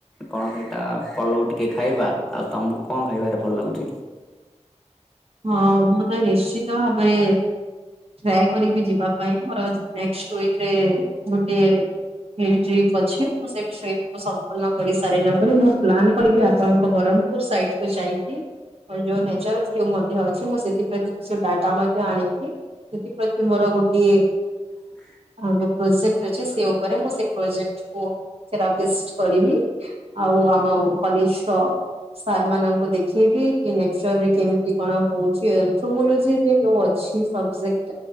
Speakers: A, in the centre; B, on the right.
A: କଣ ସେଇଟା ପଲଉ ଟିକେ ଖାଇବା ଆଉ ତମକୁ କଣ ଖାଇବାରେ ଭଲ ଲାଗୁଛି
B: ହଁ ମୁଁ ତ ନିଶ୍ଚିତ ଭାବରେ ଟ୍ରାଏ କରିବି ଯିବା ପାଇଁ ମୋର ନେକ୍ସଟ୍ ୱିକରେ ଗୋଟେ ହେଲ୍ ଟ୍ରିପ୍ ଅଛି ମୁଁ ସେ ଟ୍ରିପ କୁ ସମ୍ପୂର୍ଣ୍ଣ କରି ସାରିଲା ପରେ ମୁଁ ପ୍ଲାନ୍ କରିବି ଆପଣଙ୍କ ବରଂ ସାାଇଟ୍ କୁ ଯାଇକି ଆଉ ଯୋଉ ନେଚର ଅଛି ହ୍ୟୁମାନ ଅଛି ମୁଁ ସେଥିପ୍ରତି କିଛି ଡାଟା ମଧ୍ୟ ଆଣିଛି ସେଥିପ୍ରତି ମୋର ଗୋଟିଏ
A: <inaudible>
B: ଆଉ ଯୋଉ ପ୍ରୋଜେକ୍ଟ ଅଛି ସେ ଉପରେ ମୁଁ ସେ ପ୍ରୋଜେକ୍ଟ କୁ ସେରାପିଷ୍ଟ କରିବି ଆଉ ଆମ କଲେଜର ସାର୍ ମାନଙ୍କୁ ଦେଖେଇବି କି ନେଚରରେ କେମିତି କଣ ହଉଛି ଏନ୍ଥ୍ରୋମୋଲୋଜି ରେ ଯୋଉ ଅଛି ସବଜେକ୍ଟ